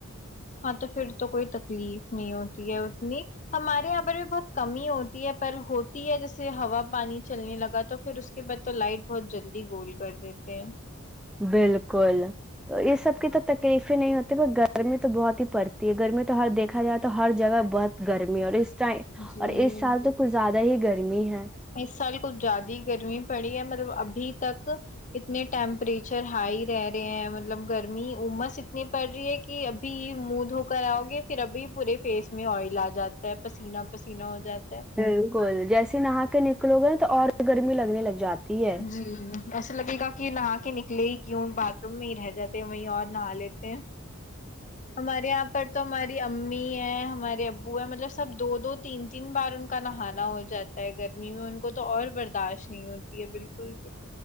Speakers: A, on the left; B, in the centre.
A: ہاں تو پھر تو کوئی تکلیف نہیں ہوتی ہے اتنی ہمارے یہاں پر بھی بہت کمی ہوتی ہے پر ہوتی ہے جیسے ہوا پانی چلنے لگا تو پھر اس کے بعد تو لائٹ بہت جلدی گول کر دیتے ہیں
B: بالکل تو یہ سب کی تو تکلیفیں نہیں ہوتی ب گرمی تو بہت ہی پڑتی ہے گرمی تو ہر دیکھا جائے تو ہر جگہ بہت گرمی ہے اور اس
A: جی
B: اور اس سال تو ک زیاد ہی گرمی ہے
A: اس سال کچھ زیاد ہی گرمی پڑی ہے مطلب ابھی تک اتنے ٹیمپریچر ہائی رہ رہے ہیں مطلب گرمی امس اتنی پڑ رہی ہے کہ ابھی موودھ ہو کر آؤ گے پھر ابھی پورے فیس میں آئل آ جاتا ہے پسینہ پسینہ ہو جاتا ہے
B: بالکل جیسے نہا نکلو گے نا تو اور گرمی لگنے لگ جاتی ہے
A: جی ایسا لگے گا کہ نہا کے نکلے کیوں باتھ روم میں ہی رہ جاتے ہیں وہیں اور نہا لیتے ہیں ہمارے یہاں پر تو ہماری ا امی ہے ہمارے ابو ہے مطلب سب دو دو تین تین بار ان کا نہانا ہو جاتا ہے گرمی میں ان کو تو اور برداشت نہیں ہوتی ہے بالکل بھی